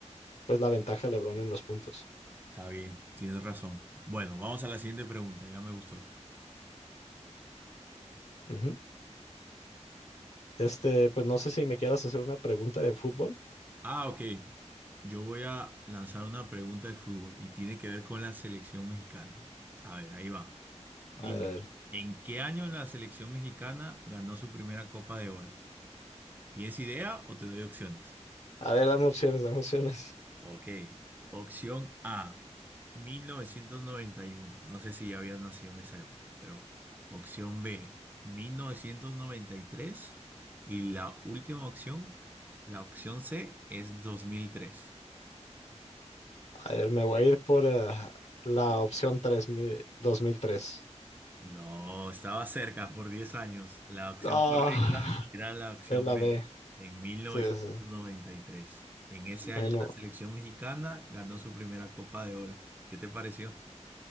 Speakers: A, on the left; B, on the right.
A: pues la ventaja a LeBron en los puntos.
B: Está bien, tienes razón. Bueno, vamos a la siguiente pregunta, ya me gustó esto.
A: Ujú. Este, pues no sé si me quieras hacer una pregunta de fútbol.
B: Ah, ok. Yo voy a lanzar una pregunta de fútbol y tiene que ver con la selección mexicana. A ver, ahí va. Dime,
A: A ver, a ver.
B: ¿en qué año la selección mexicana ganó su primera Copa de Oro? ¿Tienes idea o te doy opciones?
A: A ver, dame opciones, dame opciones.
B: Ok. Opción A, 1991. No sé si ya había nacido en esa época, pero opción B, mil novecientos noventa Y tres, y la última opción, la opción C, es 2003.
A: A ver, me voy a ir por eh, la opción tres mi- dos mil tres
B: No, estaba cerca por 10 años. La opción
A: Ah,
B: correcta
A: <laughs>
B: <laughs> era la opción
A: es la
B: B,
A: B.
B: en mil novecientos
A: Sí, sí.
B: noventa y tres. En ese
A: Bueno,
B: año la selección mexicana ganó su primera Copa de Oro. ¿Qué te pareció?